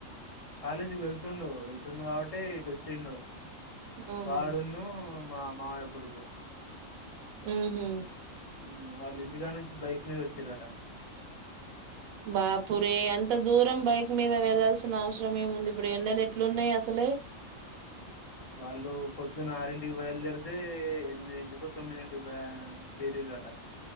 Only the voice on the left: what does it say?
కాలేజీకి వెళ్తుండు వెళ్తుండు కాబట్టి ఇటొచ్చిండు
వాడును మా మావయ కొడుకు
ఉమ్ వాళ్ళ ఇంటికానుంచి బైక్ మీద వచ్చిరట
వాళ్ళు పొద్దున్న ఆరింటికి బయలుదేరితే ఎనిమిదింటికో తొమ్మిదింటిక్ చేరిరట